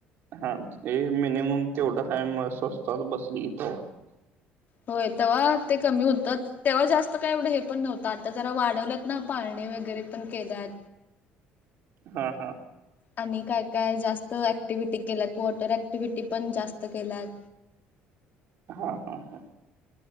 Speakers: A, on the right; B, on the left.
A: हा ते मिनिमम तेवढा कााय स्वस्तात बसलीथ
B: होय ते वा ते कमी होतात तेव्हा जास्त काय एवढं हे पण नव्हतं आता जरा वाढवल्यात ना पाणी वगैरे पण केल्यात
A: हा हा
B: आणि काय काय जास्त ऍक्टिव्हटी केल्यात वॉटर ऍक्टिव्हटी पण जास्त केलात
A: हा हा हा